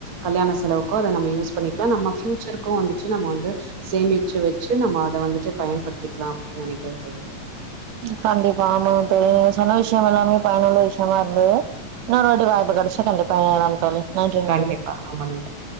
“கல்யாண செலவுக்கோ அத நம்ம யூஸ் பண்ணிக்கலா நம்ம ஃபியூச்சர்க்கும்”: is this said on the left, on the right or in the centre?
Right